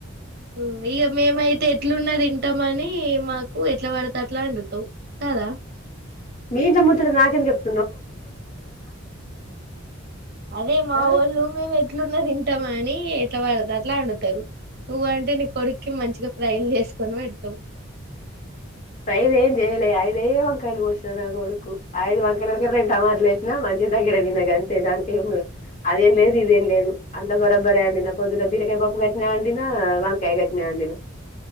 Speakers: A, on the right (about 50°); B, on the left (about 35°).
A: ఉమ్ ఇగ మేమైతే ఎట్లున్న తింటామని మాకు ఎట్లా పడుతే అట్లా అండుతావ్ కాదా
B: మీ ఇంట్ల ముచ్చట నాకెందుకు చెప్
A: అదే మా
B: ఆ
A: వొళ్ళు మేము ఎట్లున్న తింటాం అని ఎట్లా వాడితే అట్లా వండుతారు. నువ్వు అంటే నీ కొడుక్కి మంచిగా ఫ్రైలు చేసుకొని పెడతావు.
B: ఫ్రై ఎం చేయాలే ఐదే వంకాయలు కోసినా నా కొడుకు ఐదు వంకాయలకి రెండు టమాటాలు యేసిన. ఆహ్ మంచిగా <unintelligible> దానికి ఏంలే అది ఏం లేదు ఇది ఏం లేదు. అంత బరాబర్ ఆడిన పొద్దున బీరకాయ పప్పు గట్టిన వండిన ఆహ్ వంకాయ గట్టిన అండి.